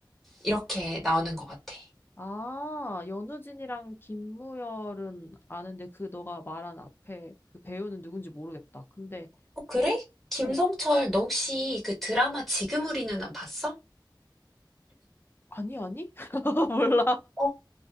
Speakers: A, in the centre; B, on the left.
A: 이렇게 나오는 것 같아.
B: 아, 연우진이랑 김무열은 아는데 그 너가 말한 앞에 그 배우는 누군지 모르겠다. 근데
A: 어 그래? 김성철
B: 어,
A: 너 혹시 그 드라마 지금 우리 누안 봤어?
B: 아니 아니? <laughs> 몰라.
A: 어